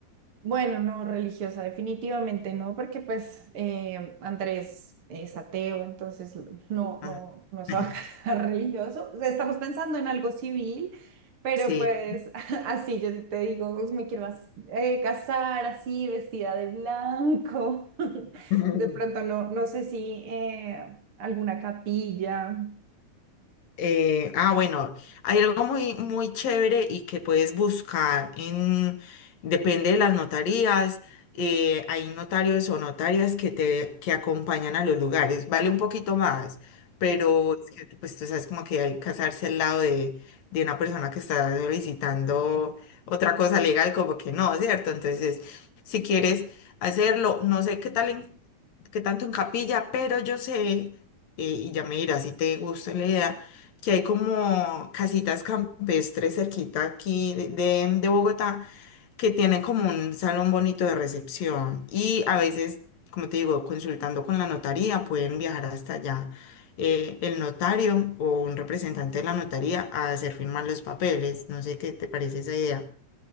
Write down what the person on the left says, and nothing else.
Ah,
<laughs>
Sí.
<laughs>
Eh, ah, bueno, hay algo muy, muy chévere y que puedes buscar en, depende de las notarías, eh, hay notarios o notarias que te, que acompañan a los lugares, vale un poquito más, pero es que, pues tú sabes como que hay que casarse al lado de, de una persona que está solicitando otra cosa legal, como que no, ¿cierto? Entonces, si quieres hacerlo, no sé qué tal en que tanto en capilla, pero yo sé, eh, y ya me dirás si te gusta la idea, que hay como casitas campestres cerquita aquí de, de- de Bogotá que tienen como un salón bonito de recepción y a veces, como te digo, consultando con la notaría, pueden viajar hasta allá. eh, el notario o un representante de la notaría a hacer firmar los papeles. No sé qué te parece esa idea.